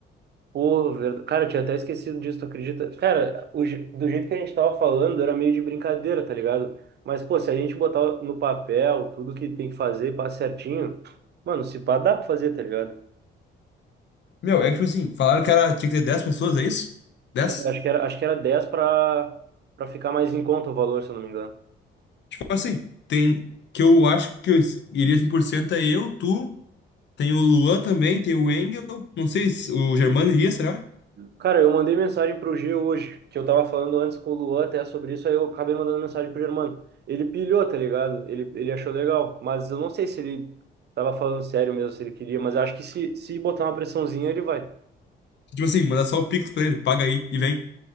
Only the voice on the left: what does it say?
Meu, é que tipo assim, falaram que era, tinha que ter dez pessoas, é isso? dez
Tipo assim, tem. Que eu acho que eu iria 100% é eu, tu, tem o Luan também, tem o Engel, não sei se o Germano iria, será?
Tipo assim, mandar só o Pix pra ele, paga aí e vem.